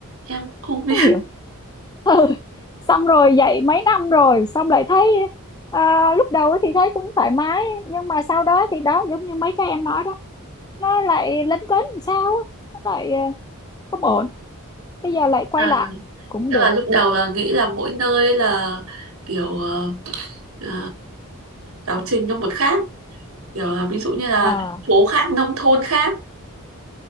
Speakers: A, on the right; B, on the left.
A: em cũng không biết
B: không hiểu ừ. xong rồi dạy mấy năm rồi xong lại thấy à, lúc đầu ấy thì thấy cũng thoải mái nhưng mà sau đó thì đó giống như mấy cái em nói đó nó lại lấn cấn làm sao á, nó lại ờ, không ổn bây giờ lại
A: <laughs>
B: quay
A: là
B: lại cũng
A: tức
B: được
A: là lúc đầu là nghĩ là mỗi nơi là kiểu ờ, ờ, giáo trình nó một khác kiểu là ví dụ như là
B: à,
A: thành phố khác nông thôn khác